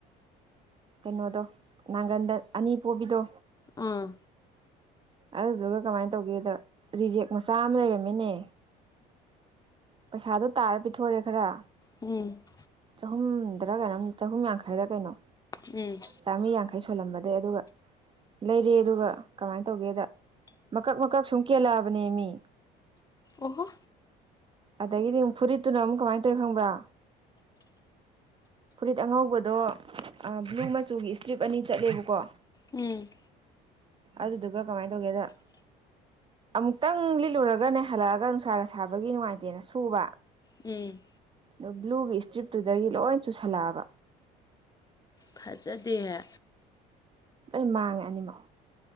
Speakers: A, on the right; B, on the left.
A: ꯀꯩꯅꯣꯗꯣ ꯅꯥꯒꯟꯗ ꯑꯅꯤ ꯄꯣꯕꯤꯗꯣ
B: ꯑꯥ
A: ꯑꯗꯨꯗꯨꯒ ꯀꯃꯥꯏꯅ ꯇꯧꯒꯦꯗ ꯔꯤꯖꯦꯛ ꯃꯆꯥ ꯑꯃ ꯂꯩꯔꯝꯃ‌ꯦꯅꯦ ꯄꯩꯁꯥꯗꯣ ꯇꯥꯔ ꯄꯤꯊꯣꯔꯛꯑ‌ꯦ ꯈꯔ
B: ꯎꯝ <unintelligible>
A: ꯆꯍꯨꯝꯗꯔꯥ ꯀꯩꯅꯣꯝ ꯆꯍꯨꯝ ꯌꯥꯡꯈꯩꯔ ꯀꯩꯅꯣ
B: ꯎꯝ
A: ꯆꯥꯝꯃꯔꯤ ꯌꯥꯡꯈꯩ ꯁꯣꯜꯂꯝꯕꯗꯩ ꯑꯗꯨꯒ ꯂꯩꯔꯦ ꯑꯗꯨꯒ ꯀꯃꯥꯏꯅ ꯇꯧꯒꯦꯗ ꯃꯀꯛ ꯃꯀꯛ ꯁꯨꯝ ꯀꯦꯜꯂꯛꯑꯕꯅꯦ ꯃꯤ
B: ꯑꯣꯍ
A: ꯑꯗꯒꯤꯗꯤ ꯑꯃꯨꯛ ꯐꯨꯔꯤꯠꯇꯨꯅ ꯑꯃꯨꯛ ꯀꯃꯥꯏꯅ ꯇꯧꯋꯤ ꯈꯪꯕ꯭ꯔꯥ ꯐꯨꯔꯤꯠ ꯑꯉꯧꯕꯗꯣ ꯕ꯭ꯂꯨ ꯃꯆꯨꯒꯤ ꯏꯁꯇ꯭ꯔꯤꯞ ꯑꯅꯤ ꯆꯠꯂꯦꯕꯀꯣ
B: ꯎꯝ
A: ꯑꯗꯨꯗꯨꯒ ꯀꯃꯥꯏꯅ ꯇꯧꯒꯦꯗ ꯑꯃꯨꯛꯇꯪ ꯂꯤꯠꯂꯨꯔꯒꯅꯦ ꯍꯜꯂꯛꯑꯒ ꯅꯨꯡꯁꯥꯅ ꯁꯥꯕꯒꯤ ꯅꯨꯡꯉꯥꯏꯇꯦꯅ ꯁꯨꯕ
B: ꯎꯝ
A: ꯑꯗꯣ ꯕ꯭ꯂꯨꯒꯤ ꯏꯁꯇ꯭ꯔꯤꯞꯇꯨꯗꯒꯤ ꯂꯣꯏ ꯆꯨꯁꯜꯂꯛꯑꯕ
B: ꯐꯖꯗꯦꯍꯦ
A: ꯂ ꯃꯥꯡꯉꯦ ꯑꯅꯤꯃꯛ